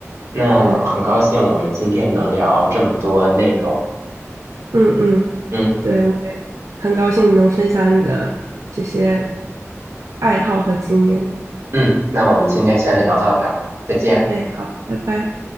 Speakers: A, on the right; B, on the right.
A: 那很高兴我们今天能聊这么多内容。
B: 对，嗯嗯，
A: 嗯。
B: 对，我也很高兴你能分享你的这些爱好和经验。
A: 嗯，那我们今天先聊到这儿，
B: 嗯，
A: 再见。
B: 哎，好，拜拜。